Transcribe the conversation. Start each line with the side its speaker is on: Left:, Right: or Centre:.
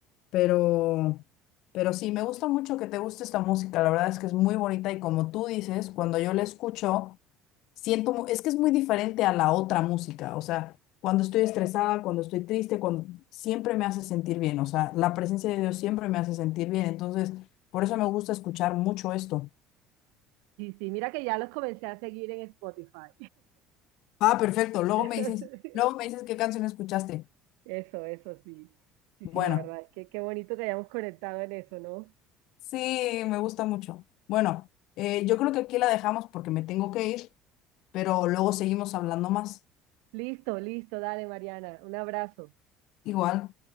Left: pero, pero sí, me gusta mucho que te guste esta música, la verdad es que es muy bonita y como tú dices, cuando yo la escucho, siento, mu- es que es muy diferente a la otra música, o sea, cuando estoy estresada, cuando estoy triste, cuando, siempre me hace sentir bien, o sea, la presencia de Dios siempre me hace sentir bien, entonces, por eso me gusta escuchar mucho esto.
Right: Sí, sí, mira que ya los comencé a seguir en Spotify.
Left: Ah, perfecto, luego
Right: <laughs>
Left: me dices, luego me dices qué canción escuchaste.
Right: Eso, eso sí. Sí,
Left: Bueno,
Right: sí, la verdad es que qué bonito que hayamos conectado en eso, ¿no?
Left: sí, me gusta mucho. Bueno, eh, yo creo que aquí la dejamos porque me tengo que ir. pero luego seguimos hablando más.
Right: Listo, listo, dale, Mariana. Un abrazo.
Left: Igual.